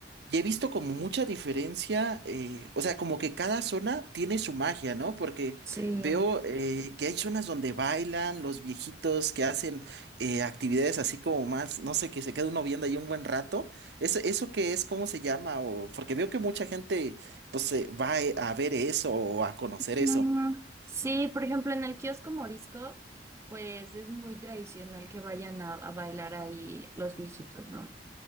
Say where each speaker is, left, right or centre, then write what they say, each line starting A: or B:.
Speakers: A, on the right; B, on the right.
A: y he visto como mucha diferencia, eh, o sea, como que cada zona tiene su magia, ¿no? Porque
B: Sí.
A: veo eh, que hay zonas donde bailan los viejitos que hacen eh, actividades así como más, no sé, que se queda uno viendo ahí un buen rato. ¿Eso, eso qué es? ¿Cómo se llama? O, porque veo que mucha gente pues se va eh, a ver eso o a conocer
B: Ujú.
A: eso.
B: Sí, por ejemplo, en el kiosco Morisco, pues es muy tradicional que vayan a, a bailar ahí los viejitos, ¿no?